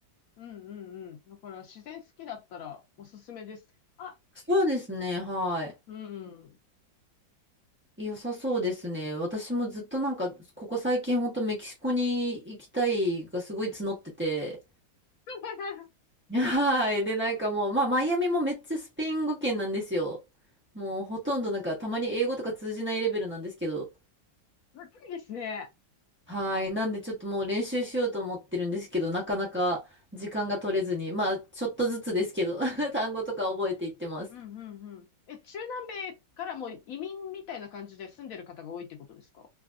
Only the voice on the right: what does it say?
そうですね、はい。
良さそうですね。私もずっとなんか、ここ最近ほんとメキシコに行きたいがすごい募ってて。
はい。で、なんかもう、まあ、マイアミもめっちゃスペイン語圏なんですよ。もうほとんどなんか、たまに英語とか通じないレベルなんですけど。
はい。なんでちょっともう練習しようと思ってるんですけど、なかなか時間が取れずに、まあちょっとずつですけど、<laughs> 単語とか覚えていってます。